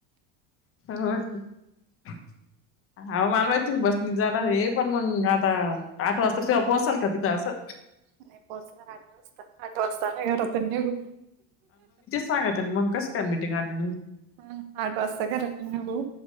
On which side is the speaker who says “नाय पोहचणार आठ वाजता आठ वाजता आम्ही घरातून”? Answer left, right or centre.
Right